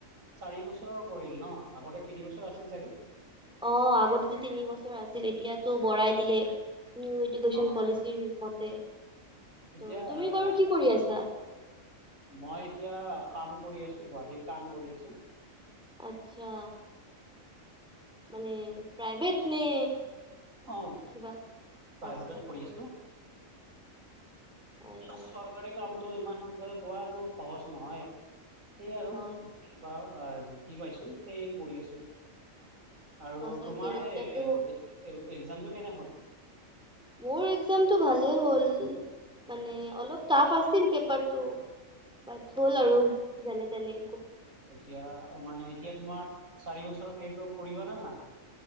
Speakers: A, on the right; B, in the centre.
A: চাৰি বছৰ কৰিল ন'? আগতে তিনি বছৰ আছিল চাগে।
B: অ' আগতেতো তিনি বছৰ আছিল, এতিয়াতো বঢ়াই দিলে। নিউ এডুকেচন
A: অ
B: পলিচিৰ
A: অ
B: মতে।
A: এতিয়া
B: ত' তুমি
A: আহ,
B: বাৰু কি কৰি আছা?
A: মই এতিয়া কাম কৰি আছোঁ, গুৱাহাটীত কাম কৰি আছোঁ।
B: আচ্ছা, মানে প্ৰাইভেট নে
A: অ'
B: কিবা
A: প্ৰাইভেটত
B: আচ্ছা আচ্ছা
A: কৰি আছোঁ।
B: নাই বাৰু
A: চৰকাৰী কামটো ইমান সোনকালে পোৱাটো সহজ নহয়। সেই আৰু
B: অ
A: যি পাওঁ, যি কি পাইছোঁ, সেই কৰি আছোঁ। আৰু
B: সঁচাকে
A: তোমাৰ
B: এতিয়াতো
A: হে এক্সামটো কেনে হ'ল?
B: মোৰ এক্সামটো ভালেই হ'ল। মানে অলপ টাফ আছিল পেপাৰটো, বাট হ'ল আৰু যেনেতেনে।
A: এতিয়া মানে এতিয়া তোমাৰ চাৰি বছৰ সেইটো কৰিব নে নাই?